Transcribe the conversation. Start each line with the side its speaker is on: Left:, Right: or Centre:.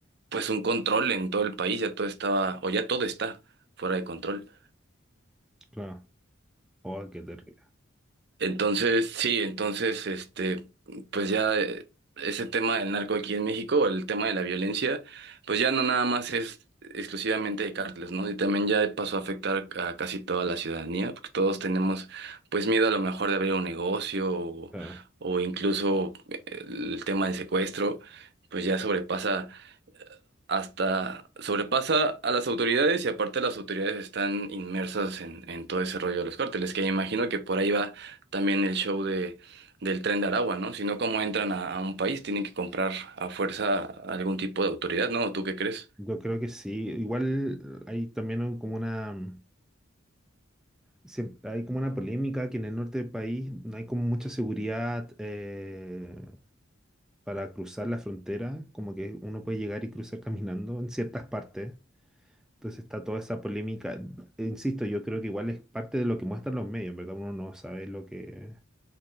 Right: pues un control en todo el país, ya todo estaba, o ya todo está fuera de control.
Centre: Claro. Oh, qué terrible.
Right: Entonces, sí, entonces, este, pues ya eh, ese tema del narco aquí en México, o el tema de la violencia, pues ya no nada más es exclusivamente de cárteles, ¿no? Y también ya pasó a afectar a casi toda la ciudadanía, porque todos tenemos, pues, miedo a lo mejor de abrir un negocio o,
Centre: Claro.
Right: o incluso eh, el tema del secuestro, pues ya sobrepasa hasta sobrepasa a las autoridades y aparte las autoridades están inmersas en, en todo ese rollo de los cárteles, que imagino que por ahí va también el show de, del Tren de Aragua, ¿no? Si no, ¿cómo entran a, a un país? Tienen que comprar a fuerza algún tipo de autoridad, ¿no? ¿Tú qué crees?
Centre: Yo creo que sí. Igual eh, hay también un- como una, mm, siem- hay como una polémica que en el norte del país no hay como mucha seguridad eh, para cruzar la frontera, como que uno puede llegar y cruzar caminando en ciertas partes. Entonces está toda esa polémica. Insisto, yo creo que igual es parte de lo que muestran los medios, en verdad uno no sabe lo que